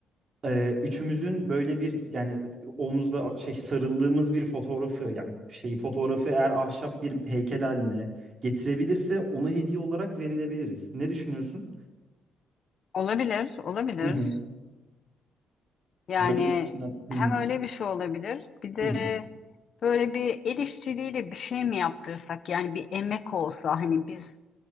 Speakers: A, on the right; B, on the left.
A: Ee, üçümüzün böyle bir yani omuzda şey sarıldığımız bir fotoğrafı yani şeyi fotoğrafı eğer ahşap bir heykel haline getirebilirse onu hediye olarak verilebiliriz. Ne düşünüyorsun?
B: olabilir, olabilir.
A: Hı hı.
B: Yani
A: Böyle içinden. Hı
B: hem
A: hı.
B: öyle bir şey olabilir, bir de
A: Hı hı.
B: böyle bir el işçiliğiyle bir şey mi yaptırsak? Yani bir emek olsa hani biz